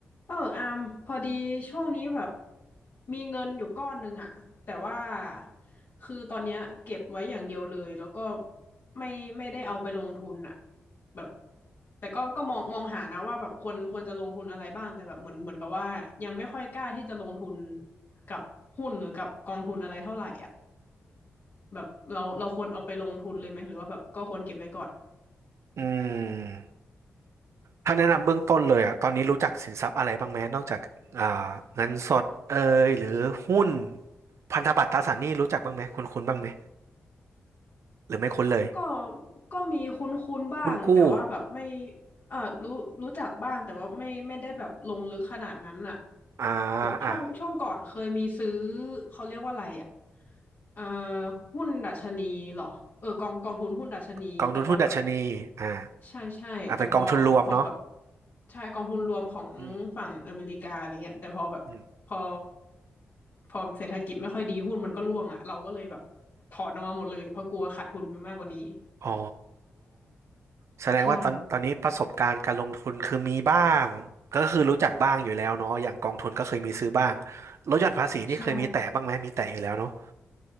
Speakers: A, on the left; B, on the right.
A: เอออามพอดีช่วงนี้แบบมีเงินอยู่ก้อนหนึ่งอะแต่ว่าคือตอนเนี้ยเก็บไว้อย่างเดียวเลยแล้วก็ไม่ไม่ได้เอาไปลงทุนอะแบบแต่ก็ก็มองมองหานะว่าแบบควรควรจะลงทุนอะไรบ้างแต่แบบเหมือนเหมือนกับว่ายังไม่ค่อยกล้าที่จะลงทุนกับหุ้นหรือกับกองทุนอะไรเท่าไหร่อ่ะแบบเราเราควรเอาไปลงทุนเลยไหมหรือว่าแบบก็ควรเก็บไว้ก่อน
B: อืมถ้าแนะนำเบื้องต้นเลยอ่ะตอนนี้รู้จักสินทรัพย์อะไรบ้างไหมนอกจากอ่าเงินสดเอยหรือหุ้นพันธบัตรตราสารหนี้รู้จักบ้างไหมคุ้นคุ้นบ้างไหมหรือไม่คุ้นเลย
A: ก็ก็มีคุ้นๆบ้างแต่ว่าแบบไม่
B: หุ้นกู้
A: เออรู้รู้จักบ้างแต่ว่าไม่ไม่ได้แบบลงลึกขนาดนั้นอะ
B: อ่า
A: แบบช่วงช่วงก่อนเคยมีซื้อ
B: อ่ะ
A: เขาเรียกว่าอะไรอะเอ่อหุ้นดัชนีเหรอเออกองกองทุนหุ้นดัชนีแต่ว่าแบบ
B: กองทุนหุ้นดัชนีอ่า
A: ใช่ใช่แต่พอพอแบบ
B: อ่าเป็นกองทุนรวมเนาะ
A: ใช่กองทุนรวมของฝั่งอเมริกาอะไรเงี้ยแต่พอแบบพอ
B: อืมอืม
A: พอเศรษฐกิจไม่ค่อยดีหุ้นมันก็ร่วงอะเราก็เลยแบบถอนออกมาหมดเลยเพราะกลัวขาดทุนไปมากกว่านี้
B: อ๋อแสดงว่าตอนตอนนี้ประสบการณ์การลงทุนคือมีบ้างก็คือรู้จักบ้างอยู่แล้วเนาะอย่างกองทุนก็เคยมีซื้อบ้าง
A: ใช่
B: ลดหย่อนภาษีนี่เคยมีแตะบ้างไหมมีแตะอยู่แล้วเนาะ
A: ใช่